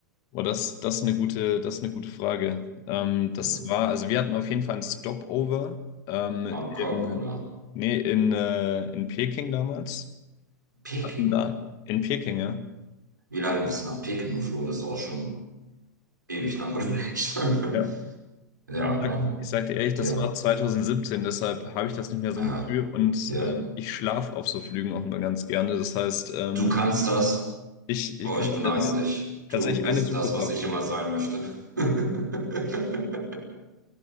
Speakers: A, on the left (about 40°); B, on the right (about 80°).
A: Boah, das, das ist eine gute, das ist eine gute Frage. Ähm, das
B: Ja.
A: war, also wir hatten auf jeden Fall ein Stopover ähm,
B: Bangkok
A: in,
B: oder
A: nee, in, äh, in Peking damals.
B: Peking.
A: Hatten da in Peking, ja.
B: Wie lange bist du nach Peking geflogen? Das ist auch schon ewig lang unterwegs. <laughs>
A: Ja.
B: Ja, ne?
A: Ich sag ich sag dir ehrlich,
B: Ja.
A: das war 2017, deshalb habe ich das nicht mehr so
B: Ah,
A: im Gefühl und
B: ja.
A: ähm, ich schlafe auf so Flügen auch immer ganz gerne. Das heißt, ähm,
B: Du kannst das.
A: Ich, ich
B: Oh,
A: kann
B: ich beneide
A: das
B: dich. Du
A: tatsächlich
B: bist
A: eine super
B: das,
A: Klapstunde.
B: was ich immer sein möchte. <laughs>